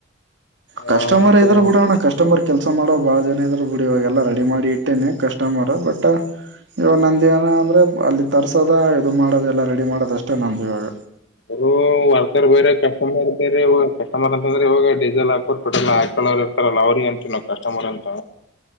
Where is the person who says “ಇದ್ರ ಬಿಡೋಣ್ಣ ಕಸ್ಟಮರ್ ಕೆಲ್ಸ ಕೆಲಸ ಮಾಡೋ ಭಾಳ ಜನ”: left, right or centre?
Right